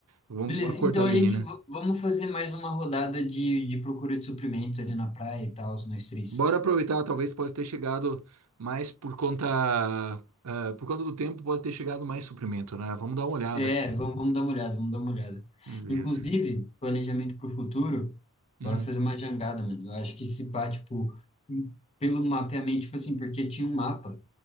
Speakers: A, on the right (about 85°); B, on the left (about 30°).
A: Vamos
B: Beleza,
A: acordar
B: então
A: a
B: a
A: menina.
B: gente v- vamos fazer mais uma rodada de, de procura de suprimentos ali na praia e tal, nós três.
A: Bora aproveitar, talvez pode ter chegado mais por conta, ah, por conta do tempo, pode ter chegado mais suprimento, né? Vamos dar uma olhada.
B: É, vamos, vamos dar uma olhada, vamos dar uma olhada.
A: Beleza.
B: Inclusive, planejamento para o futuro,
A: Hum,
B: bora fazer uma jangada, mano. Eu acho que esse pá, tipo, pelo mapeamento, tipo assim, porque tinha um mapa